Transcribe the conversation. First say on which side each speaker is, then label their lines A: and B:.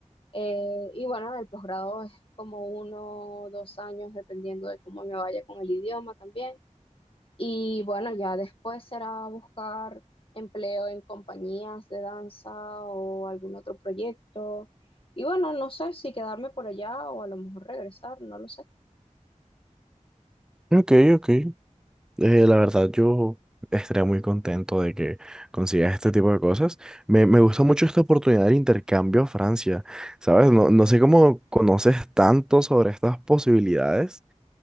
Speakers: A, on the left; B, in the centre.
A: Eh, y bueno, el posgrado es como uno, o dos años, dependiendo de cómo me vaya con el idioma también. Y bueno, ya después será buscar empleo en compañías de danza o algún otro proyecto. Y bueno, no sé si quedarme por allá o a lo mejor regresar, no lo sé.
B: Ok, ok. Eh, la verdad, yo estaría muy contento de que consigas este tipo de cosas. Me, me gusta mucho esta oportunidad del intercambio a Francia, ¿sabes? No, no sé cómo conoces tanto sobre estas posibilidades,